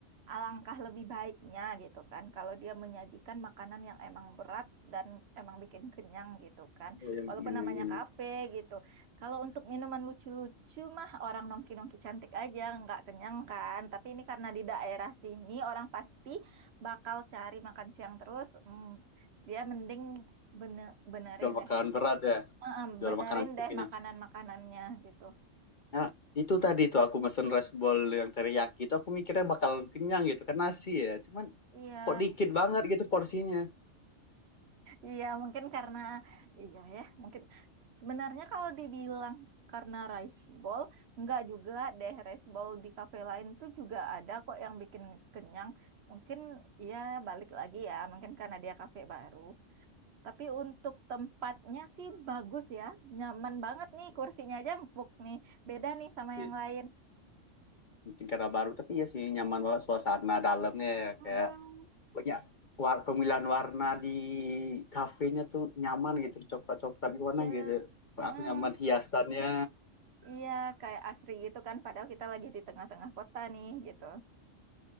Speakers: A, on the right; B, on the left.
A: alangkah lebih baiknya gitu kan kalau dia menyajikan makanan yang emang berat dan emang bikin kenyang gitu kan.
B: Oh, yang
A: Walaupun namanya
B: ingin
A: kafe gitu. Kalau untuk minuman lucu-lucu mah orang nongki-nongki cantik aja nggak kenyang kan. Tapi ini karena di daerah sini orang pasti bakal cari makan siang terus. hmm, dia mending bene- benerin
B: jual makanan
A: deh
B: berat ya,
A: Heeh,
B: jual
A: benerin
B: makanan
A: deh
B: kenyang.
A: makanan-makanannya gitu.
B: Nah, itu tadi tuh aku mesen rice bowl yang teriyaki itu aku mikirnya bakal kenyang gitu kan nasi ya. Cuman
A: Iya,
B: kok dikit banget gitu porsinya.
A: iya mungkin karena iya ya, mungkin sebenarnya kalau dibilang karena rice bowl, enggak juga deh rice bowl di kafe lain tuh juga ada kok yang bikin kenyang. Mungkin ya balik lagi ya, mungkin karena dia kafe baru. Tapi untuk tempatnya sih bagus ya, nyaman banget nih kursinya aja empuk nih, beda nih sama
B: Iya,
A: yang lain.
B: Mungkin karena baru tapi ya sih nyaman banget suasana dalamnya ya.
A: Mm-mm,
B: kayak banyak war pemilihan warna di kafenya tuh nyaman gitu coklat coklat
A: Iya,
B: warna gitu
A: Heeh.
B: aku nyaman hiasannya
A: Iya, kayak asri gitu kan. Padahal kita lagi di tengah-tengah kota nih, gitu.